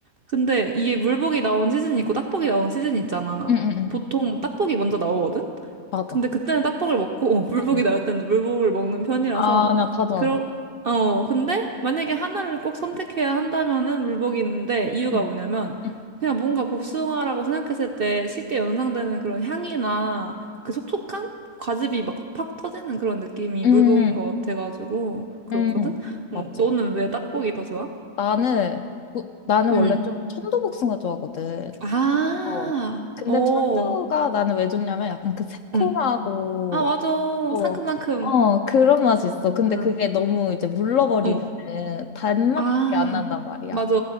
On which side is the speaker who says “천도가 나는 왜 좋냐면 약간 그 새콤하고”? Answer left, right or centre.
Left